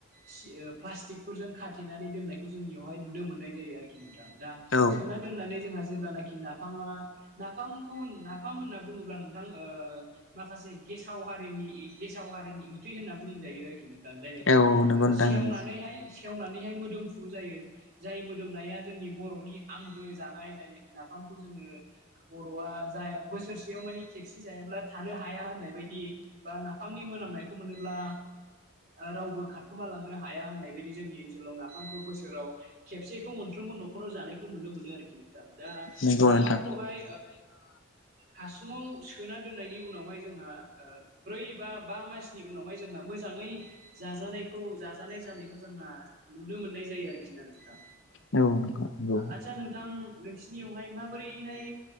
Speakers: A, on the right (about 45°); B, on the left (about 70°).
A: सि ओ प्लास्टिकफोरजों खाथेनानै दोननायखौ जोंनियावहाय नुनो मोननाय जायो आरोखि नोंथां दा
B: औ
A: सोना दोननानै जोंहा जेब्लानाखि नाफामा नाफामखौ नाफाम होनना बुङोब्ला नोंथां ओ माखासे गेसाव हारिनि गेसाव हारिनि ओंख्रि होनना बुंजायो आरोखि नोंथां जायनाखि
B: औ नंगौ
A: ओ
B: नोंथां
A: सेवनानैहाय
B: नंगौ
A: सेवनानैहाय मोदोमफ्रु जायो जाय मोदोमनाया जोंनि बर'नि आं जानाय जायनाखि नाफामखौ जोङो बर'आ बोसोरसेयाव माने खेबसे जायाब्ला थानो हाया होननाय बायदि बा नाफामनि मोनामनायखौ मोनोब्ला रावबो खारनो खोमा लांनो हाया होननाय बायदि जोंनि ओनसोलाव नाफामखौ बोसोराव खेबसेखौ मोनफ्रोमबो नखराव जानायखौ नुनो मोन मोनो आरोखि नोंथां दा
B: नंगौ
A: नाफामखौहाय
B: नोंथां
A: हासुङाव सोना दोननायनि उनावहाय जोंहा ब्रै बा बा मासनि उनाव ओमफ्राय जोंहा मोजाङै जाजानाय खौ जाजानाय जानायखौ जोंहा नुनो मोननाय जायो आरोखि नोंथां
B: औ नंगौ नंगौ
A: आदसा नोंथां नोंसिनियावहाय माबोरैहाय